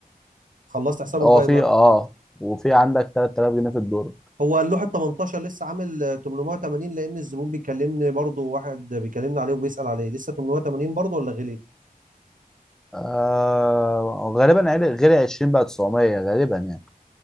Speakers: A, on the right; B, in the centre.
A: خلصت حساب
B: هو
A: الفايبر
B: في اه وفي عندك 3000 جنيه في الدور
A: هو اللوحة 18 لسه عامل آه، 880 لأن الزبون بيكلمني برضه واحد بيكلمني عليه وبيسأل عليه لسه 880 برضه ولا غلي؟
B: آه غالبا عل- غير 20 بقى 900 غالبا يعني